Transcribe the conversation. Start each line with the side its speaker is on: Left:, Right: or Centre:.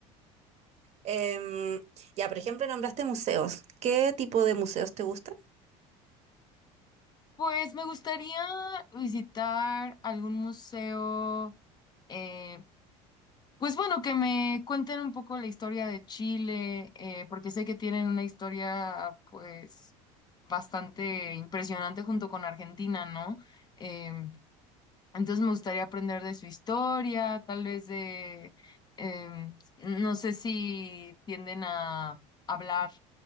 Right: Em, ya, por ejemplo, nombraste museos. ¿Qué tipo de museos te gustan?
Left: Pues me gustaría visitar algún museo, eh, pues bueno, que me cuenten un poco la historia de Chile, eh, porque sé que tienen una historia pues bastante impresionante junto con Argentina, ¿no? Em, entonces me gustaría aprender de su historia, tal vez de, em, no sé si tienden a hablar